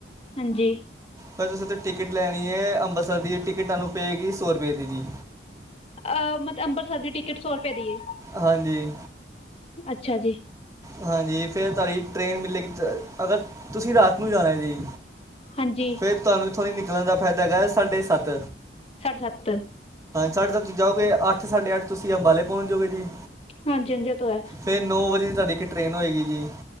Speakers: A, on the left; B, on the right.
A: ਹਾਂਜੀ
B: ਫੇਰ ਤੁਸੀਂ ਉਥੋਂ ਟਿਕਟ ਲੈਣੀ ਹੈ, ਅੰਬਰਸਰ ਦੀ ਟਿਕਟ, ਤੁਹਾਨੂੰ ਪਏਗੀ ਸੌ ਰੁਪਏ ਦੀ ਜੀ
A: ਅਹ ਮਤਲਬ, ਅੰਬਰਸਰ ਦੀ ਟਿਕਟ ਸੌ ਰੁਪਏ ਦੀ ਹੈ
B: ਹਾਂਜੀ
A: ਅੱਛਾ ਜੀ
B: ਹਾਂਜੀ, ਫਿਰ ਤੁਹਾਡੀ ਟ੍ਰੇਨ ਮਿਲੇਗੀ ਅਗਰ ਤੁਸੀਂ ਰਾਤ ਨੂੰ ਜਾਣਾ ਜੀ,।
A: ਹਾਂਜੀ
B: ਫੇਰ ਤੁਹਾਨੂੰ ਇੱਥੋਂ ਦੀ ਨਿਕਲਣ ਦਾ ਫ਼ਾਇਦਾ ਹੈਗਾ ਸਾਢੇ ਸੱਤ
A: ਸਾਢੇ -ਸੱਤ
B: ਸਾਢੇ ਸੱਤ ਜਾਓਗੇ, ਅੱਠ ਸਾਢੇ ਅੱਠ, ਤੁਸੀਂ ਅੰਬਾਲੇ ਪਹੁੰਚ ਜਾਓਗੇ ਜੀ।
A: ਹਾਂਜੀ, ਹਾਂਜੀ ਇਹ ਤੋ ਹੈ।
B: ਫਿਰ ਨੌ ਵਜੇ ਦੀ ਤੁਹਾਡੀ ਇੱਕ ਟ੍ਰਰੇਨ ਹੋਏਗੀ ਜੀ।